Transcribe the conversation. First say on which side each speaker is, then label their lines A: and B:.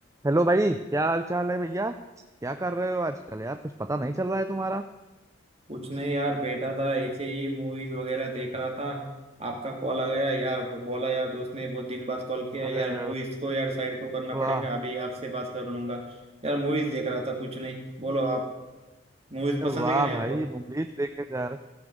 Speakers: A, on the right; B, on the right.
A: Hello भाई क्या हाल चाल है भैया क्या कर रहे हो आजकल यार कुछ पता नहीं चल रहा है तुम्हारा
B: कुछ नहीं यार बैठा था ऐसे ही मूवीज वगैरह देख रहा था आपका कॉल आ गया यार वो बोला यार दोस्त ने बहुत दिन बाद कॉल किया
A: अरे
B: यार मूवीज को यार साइड को करना
A: वाह
B: पड़ेगा अभी आपसे बात कर लूंगा यार मूवीज देख रहा था कुछ नहीं बोलो आप मूवीज
A: अरे
B: पसंद
A: वाह
B: है क्या नहीं
A: भाई
B: आपको
A: मूवीज देखे जा रहे